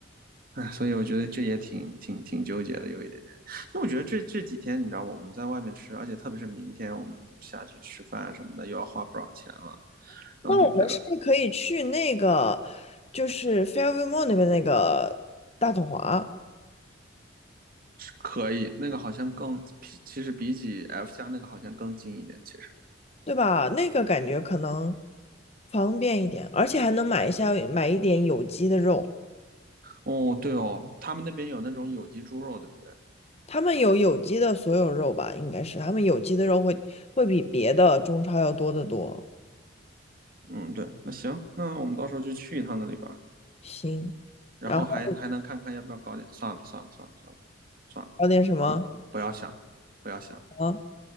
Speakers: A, on the right; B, on the left.
A: 哎，所以我觉得这也挺挺挺纠结的，有一点点。因为我觉得这这几天，你知道我们在外面吃，而且特别是明天我们下去吃饭什么的，又要花不少钱了，
B: 那我们是不是可以去那个，
A: 然后就觉得
B: 就是 Fairview Mall 那边那个大统华？
A: 可以，那个好像更，其实比起 F 家那个好像更近一点。其实，
B: 对吧？那个感觉可能方便一点，而且还能买一下买一点有机的肉。
A: 哦，对哦，他们那边有那种有机猪肉，对不对？
B: 他们有有机的所有肉吧，应该是他们有机的肉会会比别的中超要多得多。
A: 嗯，对，那行，那我们到时候就去一趟那里吧，
B: 行，
A: 然后还还能看看要不要搞点，
B: 然后
A: 算了算了算了算了算了，
B: 搞点什么
A: 不不要想，不要想，
B: 啊？